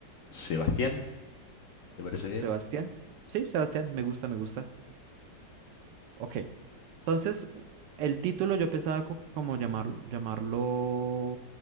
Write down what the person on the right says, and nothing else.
¿Sebastián? Sí, Sebastián, me gusta, me gusta. Ok. Entonces, el título yo pensaba co- como llamarlo, llamarlo,